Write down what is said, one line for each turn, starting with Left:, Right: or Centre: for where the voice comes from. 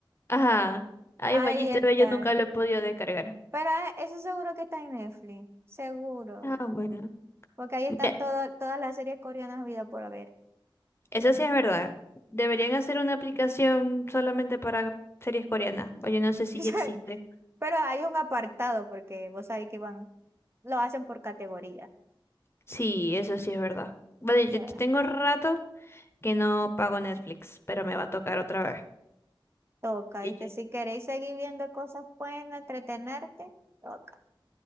Left: Ajá. Ay,
Right: Ahí
Left: Magiste
Right: está.
Left: ve, yo nunca lo he podido descargar.
Right: Pero ah, eso seguro que está en Netflix, seguro.
Left: Ah, bueno.
Right: Porque ahí están
Left: Mira,
Right: todo- todas las series coreanas vida por haber.
Left: eso sí es verdad. Deberían hacer una aplicación solamente para series coreanas. O yo no sé si
Right: <laughs>
Left: ya existe.
Right: Pero hay un apartado, porque vos sabés que van, lo hacen por categoría.
Left: Sí, eso sí es verdad. Vale, yo
Right: Eh,
Left: yo tengo rato que no pago Netflix, pero me va a tocar otra vez.
Right: toca,
Left: ¿Y
Right: ¿viste?
Left: yo?
Right: Si queréis seguir viendo cosas buenas, entretenerte, toca.